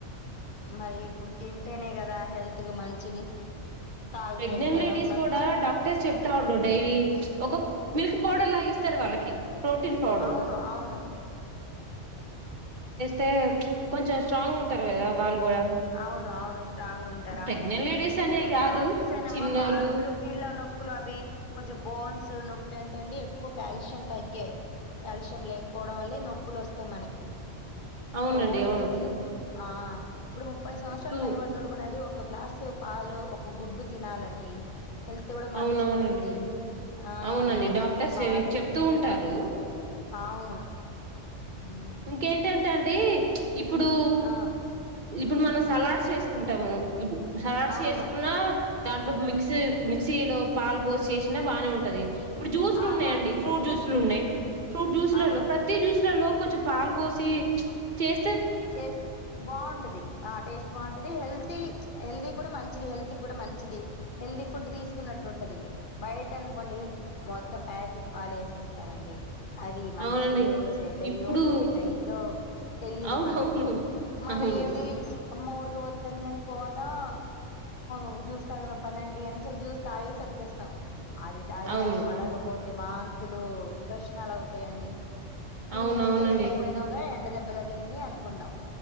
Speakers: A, on the left; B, on the right.
A: మరి ఇప్పుడు తింటేనే కదా హెల్త్కి మంచిది. తాగితేనే
B: ప్రెగ్నెంట్
A: కదా
B: లేడీస్
A: మ
B: కూడా డాక్టర్స్ చెప్తా ఉండు డైలీ ఒక మిల్క్ పౌడర్ లాగా ఇస్తారు వాళ్ళకి ప్రోటీన్ పౌడర్
A: అవును అవును
B: తే కొంచెం స్ట్రాంగ్ ఉంటారు కదా వాళ్ళు కూడా
A: అవును అవును స్ట్రాంగ్ ఉంటారు
B: ప్రెగ్నెంట్
A: అవును.
B: లేడీస్ అనే
A: ఇప్పుడు
B: కాదు
A: డాక్టర్స్ ఏనమ్మా
B: చిన్నోళ్ళు
A: పాద బిడు కీళ్ళ నొప్పులు అవి కొంచెం బోన్స్ నొప్పి అంటండి ఎక్కువ కాల్షియం తగ్గే కాల్షియం లేకపోవడం వల్ల ఈ నొప్పులు వస్తాయి. మనకి
B: అవునండి
A: రోజు
B: అవును
A: డైలీ ఆ ఇప్పుడు ముప్పై సంవత్సరాలు
B: ఇప్పుడు
A: పైబడినోళ్ళు కూడా అండి ఒక ఒక గ్లాసు పాలు ఒక గుడ్డు తినాలండి. హెల్త్ కూడా మంచిగా
B: అవునవునండి
A: ఉంటది. ఆ
B: అవునండి
A: న్యాచురల్గా
B: డాక్టర్స్
A: పాలే
B: చెప్తూ ఉంటారు
A: అవును. హ్మ్.
B: ఇంకేంటంటండి ఇప్పుడు
A: ఆ!
B: ఇప్పుడు మనం సలాడ్స్ చేసుకుంటాము. సలాడ్స్
A: అవును.
B: చేసుకున్నా దాంట్లో మిక్సీ
A: హ్మ్.
B: మిక్సీలో పాలు పోసి చేసినా బానే ఉంటది ఇప్పుడు జ్యూస్లు
A: ఆ!
B: ఉన్నాయండి
A: బానే ఉంటదండి.
B: ఫ్రూట్ జ్యూసులు ఉన్నాయి ఫ్రూట్ జ్యూస్లలో
A: అవును.
B: ప్రతి జ్యూస్లలో కొంచెం పాల్ ఓసి చ్చ్ చేస్
A: చేస్ బాగుంటది ఆ టేస్ట్ బాగుంటది. హెల్తీ హెల్తీ మంచిది హెల్త్ కూడా మంచిది హెల్తీ ఫుడ్ తీసుకున్నట్టు ఉంటది బయట అనుకోండి మ మొత్తం ప్యాకెట్ పాలు వేసేస్తారండి. అవి మంచియో
B: అవునండి
A: చెడ్డయ్యో
B: ఇప్పుడు
A: డేట్ అయిందో తెలియదు
B: అవునవును
A: మనకి మన
B: అవును
A: ఏంది అమ్మో వుడ్క్ ఒత్తంది అని పోతాం ఒక జ్యూస్ తాగుదాం పదండి అనేసి ఒక జ్యూస్ తాగిసి చేస్తాం. అది తాగినక
B: అవును
A: పడకపోతే వాంతులు విరోచనాలు అవుతాయండి. ఇగ
B: అవునవునండి
A: ఏముంది ఎండకు పోయినాక ఎండ దెబ్బ తగిలింది అనుకుంటాం.